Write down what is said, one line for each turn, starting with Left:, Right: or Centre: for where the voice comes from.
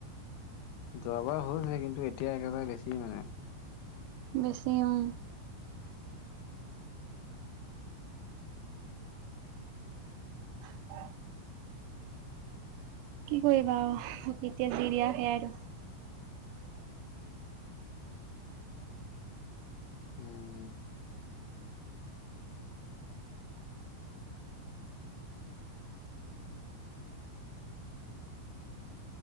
Left: যোৱাবাৰ হৈছে, কিন্তু এতিয়া একেবাৰে বেছি নাই।
Right: বেছি উম। <unintelligible> কি কৰিবা এতিয়া যি দিয়া সেয়াই আৰু।
Left: উম।